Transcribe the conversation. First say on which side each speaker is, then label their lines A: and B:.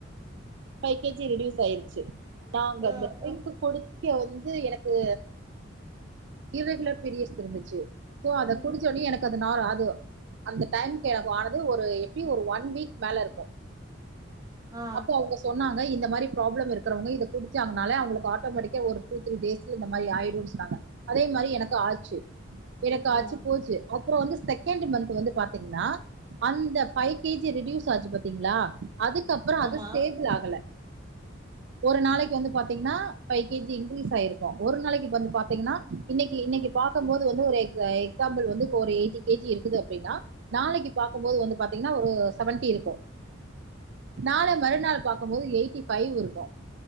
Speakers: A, on the right; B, on the right.
A: five K G reduce ஆயிர்ச்சு நாங்க
B: அ,
A: அந்த ட்ரிங்க்கு
B: அ.
A: குடிக்க வந்து எனக்கு இர்ரெகுலர் பீரியட்ஸ் இருந்துச்சு சோ அத
B: ம்.
A: குடிச்சோன்னே எனக் னார் அது அந்த டைம்க்கு எனக்கு ஆனது ஒரு எப்டி ஒரு ஒன் வீக் மேல இருக்கு
B: ஆ.
A: அப்போ அவுங்க சொன்னாங்க இ இந்த மாரி ப்ராப்ளம் இருக்றவுங்க இத குடிச்சாங்னாலே அவுங்களுக்கு ஆட்டோமேட்டிக்கா ஒரு டூ த்ரி டேஸ்சு இந்த மாரி ஆய்டுன் சொன்னாங்க அதே மாரி எனக்கு ஆச்சு எனக்கு ஆச்சு
B: ஆ.
A: போச்சு அப்புறோ வந்து செகண்ட் மந்த்து வந்து பாத்தீங்கன்னா அந்த ஃபைவ் கேஜி ரெடியூஸ் ஆச்சு பாத்தீங்ளா அதுக்கப்புறோ
B: ஆமா.
A: அது ஸ்டேபிள் ஆகல ஒரு நாளைக்கு வந்து பாத்தீங்ன்னா ஃபைவ் கேஜி இன்க்ரீஸ் ஆயிருக்கோ ஒரு நாளைக்கு வந்து பாத்தீங்ன்னா இன்னைக்கி இன்னைக்கி பாக்கும் போது வந்து ஒரு எக்ஸ் எக்ஸாம்பிள் வந்து இப்ப ஒரு எயிட்டி கேஜி இருக்குது அப்டின்னா நாளைக்கு பாக்கும்போது வந்து பாத்தீங்னா ஒரு செவன்டி இருக்கு நாள மறுநாள் பாக்கும்போது எயிட்டி ஃபைவ் இருக்கு